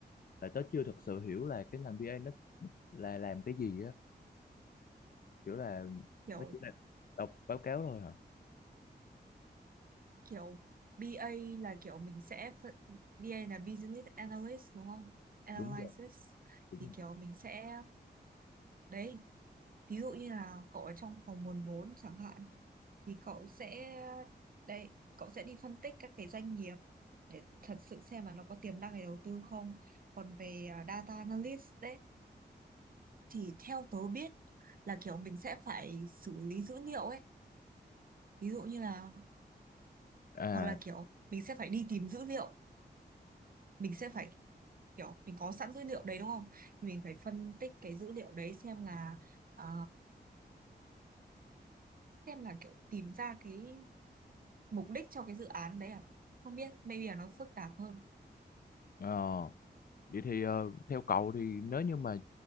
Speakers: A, on the left; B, on the right.
A: tại tớ chưa thật sự hiểu là cái ngành B.A nó là làm cái gì á kiểu là
B: kiểu
A: nó chỉ là đọc báo cáo thôi hả
B: kiểu BA là kiểu mình sẽ phân- BA là Business Analyst đúng không? Analysis
A: đúng rồi đúng
B: thì
A: rồi
B: kiểu mình sẽ đấy ví dụ như là cậu ở trong phòng nguồn vốn chẳng hạn thì cậu sẽ đấy cậu sẽ đi phân tích các cái doanh nghiệp để thật sự xem là nó có tiềm năng để đầu tư không. Còn về à, Data Analyst đấy thì theo tớ biết là kiểu mình sẽ phải xử lý dữ liệu ấy ví dụ như là
A: à
B: hoặc là kiểu mình sẽ phải đi tìm dữ liệu mình sẽ phải kiểu mình có sẵn dữ liệu đấy đúng không thì mình phải phân tích cái dữ liệu đấy xem là ờ, xem là kiểu tìm ra cái mục đích cho cái dự án đấy à không biết maybe là nó phức tạp hơn
A: ờ, vậy thì ờ, theo cậu thì nếu như mà